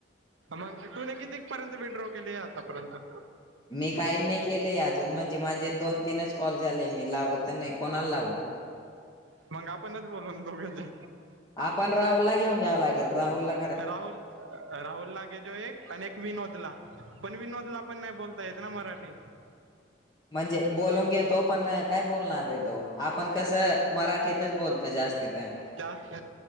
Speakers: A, on the right (about 80°); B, on the left (about 20°).
A: मग तु न किती पर्यंत विड्रॉल केली आतापर्यंत.
B: मी काही नाही केलंय अजून, म्हणजे माझे दोन तीनच कॉल झालेय. मी लावत नाही कोणाला लावू.
A: मग आपणच बोलू दोघंजन.
B: आपण राहुल ला घेऊन घ्यावं, लागेल राहुला.
A: राहुल. राहुल ला घेजो एक, आणि एक विनोदला पण, विनोद ला पण नाही बोलता येतना मराठी.
B: म्हणजे बोलून घेेतो, पण काय बोलणार रे तो. आपण कसं, मराठीतच बोलतो जास्तीत.
A: जास्त